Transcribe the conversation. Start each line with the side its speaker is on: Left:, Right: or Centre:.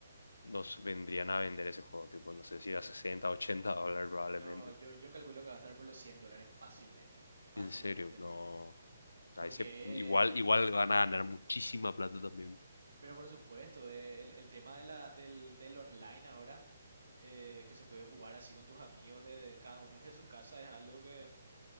Left: nos vendrían a vender ese juego, tipo, no sé si a 60 80 dólares probablemente.
Right: No, yo, yo calculo que va a estar por los 100 dólares fácilmente. Fácilmente
Left: En serio,
Right: lo
Left: no.
Right: va. Porque,
Left: Ahí se- igual,
Right: eh,
Left: igual van a ganar muchísima plata también.
Right: pero por supuesto, eh, el, el tema de la, del, del online ahora, eh, que se puede jugar así con tus amigos de, de cada uno desde su casa, es algo que